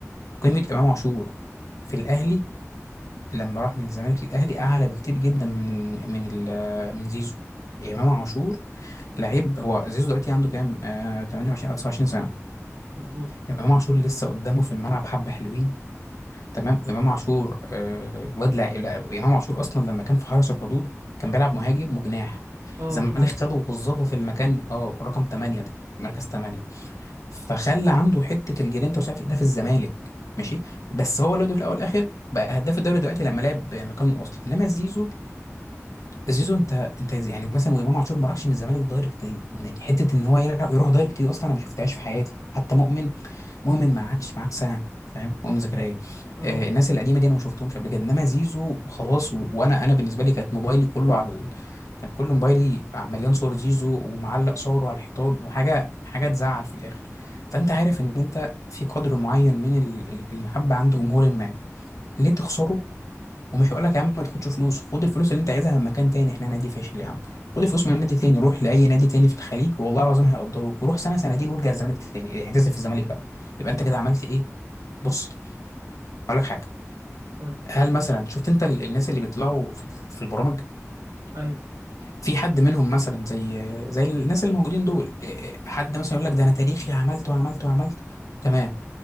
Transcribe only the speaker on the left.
قيمه امام عاشور في الاهلي لما راح من الزمالك للاهلي اعلى بكتير جدا من من ال- آه، من زيزو امام عاشور لعيب هو زيزو دلوقتي عنده كام آه 28 او 29 سنه
امام عاشور لسه قدامه في الملعب حبه حلوين تمام وامام عاشور آه، الواد لع... لع- امام عاشور اصلا لما كان في حرس الحدود كان بيلعب مهاجم وجناح
الزمالك
خده ووظفه في المكان اه رقم 8 ده مركز 8 فخلى عنده حته الجرينتا ومش عارف ايه ده في الزمالك ماشي بس هو لو في الاول والاخر بقى هداف الدوري دلوقتي لما لعب مكانه الاصلي انما زيزو زيزو انت انت يعني مثلا وامام عاشور ما راحش من الزمالك دايركت دي. يعني حته ان هو يرا- يروح دايركت دي اصلا انا ما شفتهاش في حياتي حتى مؤمن مؤمن ما قعدش معاك سنه فاهم مؤمن زكريا
آه الناس القديمه دي انا ما شفتهمش قبل كده انما زيزو خلاص و... وانا انا بالنسبه لي كانت موبايلي كله على ال... كان كل موبايلي آه، مليان صور زيزو ومعلق صوره على الحيطان وحاجه حاجه تزعل في الاخر فانت عارف ان انت في قدر معين من ال- ال- المحبه عند جمهور ما ليه تخسره ومش هقول لك يا عم ما تاخدش فلوس خد الفلوس اللي انت عايزها من مكان تاني احنا نادي فاشل يا عم خد الفلوس من نادي تاني روح لاي نادي تاني في الخليج والله العظيم هيقدروك وروح سنه سنتين وارجع الزمالك تاني اعتزل في الزمالك بقى يبقى انت كده عملت ايه بص هقول لك حاجه
هل مثلا شفت انت ال- الناس اللي بيطلعوا في, في البرامج
في حد منهم مثلا زي زي الناس اللي موجودين دول اه، حد مثلا يقول لك ده انا تاريخي عملت وعملت وعملت تمام